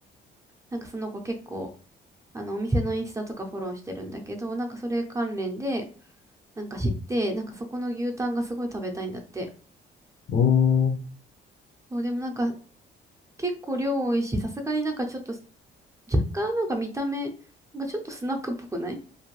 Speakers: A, on the right; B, on the left.
A: なんかその子結構、あの、お店のインスタとかフォローしてるんだけど、なんかそれ関連で、なんか知って、なんかそこの牛タンがすごい食べたいんだって。
B: うーん。
A: そう、でもなんか結構量多いし、さすがになんかちょっと、若干なんか見た目がちょっとスナックっぽくない